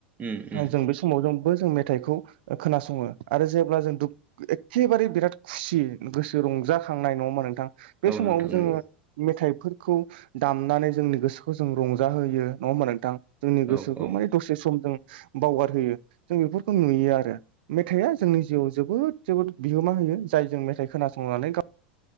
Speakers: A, on the right (about 25°); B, on the right (about 70°).
A: उम उम
B: जों समाव जोंबो जों मेथाइखौ खोनासङो आरो जेब्ला जों दुु एखेबारे बिराद खुसि गोसो रंजाखांनाय नङामा नोंथां बे
A: औ
B: समाव
A: नोंथां
B: जोङो
A: नंगौ
B: मेथाइफोरखौ दामनानै जोंनि गोसोखौ जों रंजाहोयो नंङा होमबा नोंथां जोंनि गोसोखौ
A: औ औ
B: माने दसे सम जों बावगारहोयो जों बेफोरखौ नुयो आरो मेथाइआ जोंनि जिउआव जोबोद जोबोद बिहोमा होयो जाय जों मेथाइ खोनासंनानै गाव